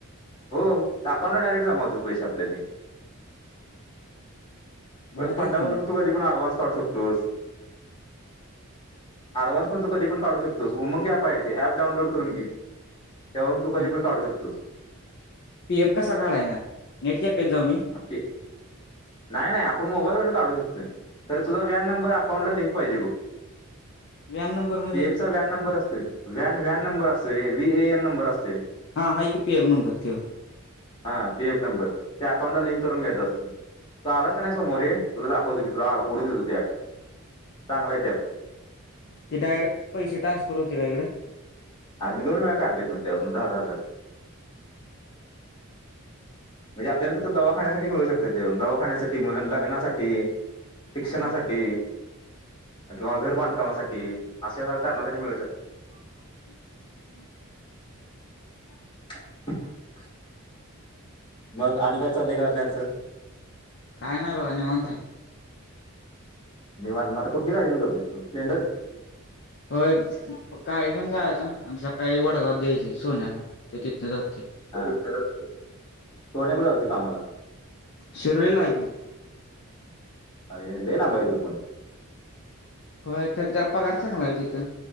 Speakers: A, on the left; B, on the left.
A: हो त्या अकाउंटला डायरेक्ट जमा होते पैसे आपल्या ते
B: भारी
A: बर फंडावरून
B: आहे की मग
A: तू कधी पण अऍडव्हान्स काढू शकतोस अडव्हान्स प तू कधीण का करू शकतो उमंग अँप आहे ते अँप डाऊनलड करून घे त्यावरून तू कधी
B: आणि
A: पण काढू शकतोस
B: पी एफ कसा काढायचा नेट कॅफेला जाऊन ये
A: आपे नाही, नाही आपण मोबाईल वरून काढू शकतोय खर तुझा व्यान नंबर अकाउंट ला लिंक पाहिजे बघ
B: <unintelligible> म्हणजे
A: पी एफ चा व्हॅन नंबर असतोय व्हॅन व्हॅन नंबर असतोय रे व्ही ए एन नंबर असतोय.
B: हा हाय की पी एफ नंबर त्यो.
A: हा पी एफ नंबर ते अकाउंटला लिंक करून घ्यायचा असतो. तू आलाच का नाय समवारी तुला दाखवतो की तुला उघडून देतो ती अँप चांगलाय ती अँप.
B: ते डायरेक्ट पैशे ट्रान्सफर होते का इकंड.
A: आर मी दोन वेळा काढलेत ना त्यावरून दहा दहा हाजार. म्हणजे आपल्याला फक्त दवाखान्यासाठी मिळू शकत ते दवाखान्यासाठी लग्नासाठी शिक्षणासाठी
B: हा
A: किंवा घर बांधकामासाठी अशा करण्यासाठी मिळू शकता
B: <inaudible>
A: <inaudible> मग आणि काय चाललंय घरतल्यांनचं?
B: काय नाय बघा निवांत हाय.
A: निवांत म आता कुठली गाडी घेऊन जातोस तू स्प्लेंडर?
B: होय काळी घेऊन जायाचं आणि सकाळी वडागवत द्यायची सोन्याला. त्यो तिथन जातूय.
A: हा सोन्या कुठ जातुय कामाला?
B: शिरोलीला हाय की.
A: अरे लय लांब आय त्यो पण.
B: होय खर त्याला पगार चांगलाय ओ तिथं.